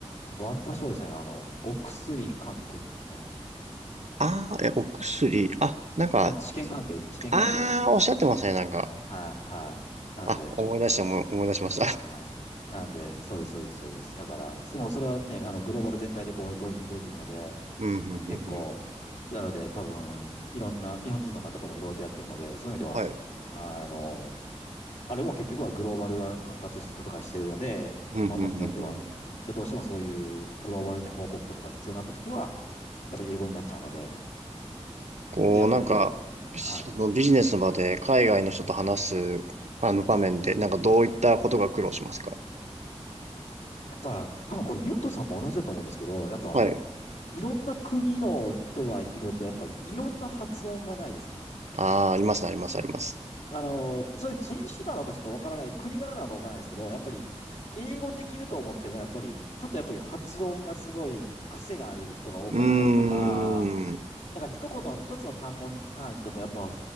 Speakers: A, on the left; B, on the right.
A: 私はですね、あの、お薬関係の、
B: ああー、え、お薬。あ、なんか、
A: あ、治験関係です。治験関係です。
B: ああ、おっしゃってましたね、なんか。
A: はい、はい。なんで、
B: あ、思い出した、思い思い出しました。<laughs>
A: はい。なんで、そうです、そうです、そうです。だから、そう、それはね、あの、グローバル全体でこう、同時に動いていくので、
B: うん、うん、うん、
A: 結構、
B: うん。
A: なので、多分、いろんな、日本人の方ともいろいろとやってるので、そういう意味では、
B: はい。
A: あの、あれも結局はグローバルが管轄とかしてるので、
B: うん、
A: ものによっては。
B: うん、うん、うん。
A: だどうしてもそういうグローバルに報告とかが必要になったときは、やっぱり英語になっちゃうので、
B: こう、
A: で、やっぱり、
B: なんか、そのビジネスの場で海外の人と話す、
A: はい。
B: あの場面で、なんかどういったことが苦労しますか
A: やっぱ、多分これ、ゆうとさんも同じだと思うんですけど、やっぱ、
B: はい。
A: いろんな国の人がいると、やっぱりいろんな発音がないですか
B: ああ、ありますね、あります、あります。
A: あの、それ人種なのかちょっとわからない、国柄なのかわからないですけど、やっぱり英語できると思っても、やっぱり、ちょっとやっぱり発音がすごい癖がある人が多かったりとか、
B: うーん。
A: なんか一言、一つの単語に関しても、やっぱ、